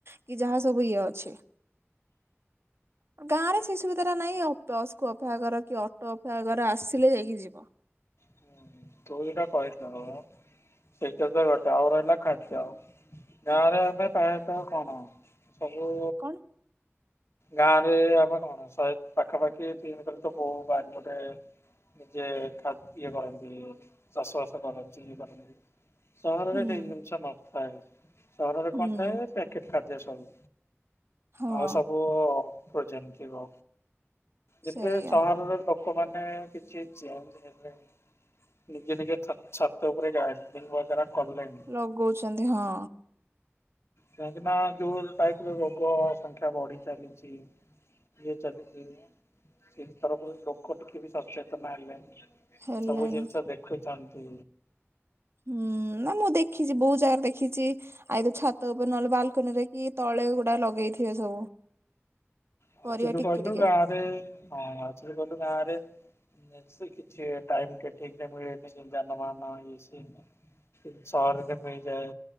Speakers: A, on the right; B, on the left.
A: କି ଯାହା ସବୁ ଇଏ ଅଛି। ହ <inaudible> ଗାଁ ରେ ସେଇ ସୁବିଧା ଟା ନାହିଁ ଆଉ ବସ୍ କୁ ଅପେକ୍ଷା କର କି ଅଟୋ ଅପେକ୍ଷା କର ଆସିଲେ ଯାଇକି ଯିବ। <inaudible>
B: ହୁଁ ତୁ ଯୋଉଟା କହିଥିଲୁ ମ ସେଇଟା ତ ଗୋଟେ ଆଉ ରହିଲା ଖାଦ୍ୟ, ଗାଁରେ ଆମେ ପ୍ରାୟତଃ କଣ ସବୁ
A: କଣ
B: ଗାଁରେ ଆମେ କଣ, ଶହେ ପାଖାପାଖି ତିନି ବୋଉ ବାରିପଟେ ନିଜେ ଇଏ କରନ୍ତି ଚାଷବାସ କରନ୍ତି, ପାଖାପାଖି ସହରରେ
A: ହୁଁ
B: ସେଇ ଜିଣିଷ ନଥାଏ। ସହରରେ
A: ହୁଁ
B: କଣ ଥାଏ ପ୍ୟାକେଟ ଖାଦ୍ୟ ସବୁ,
A: ହଁ
B: ଆଉ ସବୁ ଫ୍ରୋଜନ ଥିବ, ଯେବେ
A: ସେଇଆ
B: ସହରର ଲୋକ ଲୋକମାନେ କିଛି ଚେଞ୍ଜ ହେଲେଣି। ନିଜେ ନିଜେ ଛାତ ଉପରେ ଗାର୍ଡେନିଙ୍ଗ ବଗେରା କଲେଣି।
A: ଲଗଉଛନ୍ତି ହଁ।
B: କାହିଁକି ନା ଯୋଉ ଟାଇପର ରୋଗ ସଂଖ୍ୟା ବଢି ଚାଲିଛି। ଇଏ ଚାଲିଛି, ସେଇ ତରଫରୁ ଲୋକ ଟିକେ ବି ସଚେତନ ହେଲେ
A: ହେଲେଣି
B: ସବୁ ଜିନିଷ ଦେଖୁଛନ୍ତି।
A: ହୁଁ। ନା ମୁଁ ଦେଖିଛି ବହୁତ ଜାଗାରେ ଦେଖିଛି ଆଇ ତ ଛାତ ଉପରେ ନହେଲେ ବାଲକନି ରେ କି ତଳେ ଗୁଡା ଲଗେଇ ଥିବେ ସବୁ।
B: ଆକଚଲି
A: ପରିବା
B: କଣ୍
A: ଟିକେ
B: ହେଇଚି ନା
A: ଟିକେ
B: ଗାଁ ରେ, ହଁ ଆକଚଲି କଲୁ ଗାଁ ରେ କିଛି କିଛି ଟାଇମ ଟେ ଠିକରେ ମିଳେନି ଜାନ ବାହନ ଇଏ ସିଏ ସହରରେ ମିଳିଯାଏ,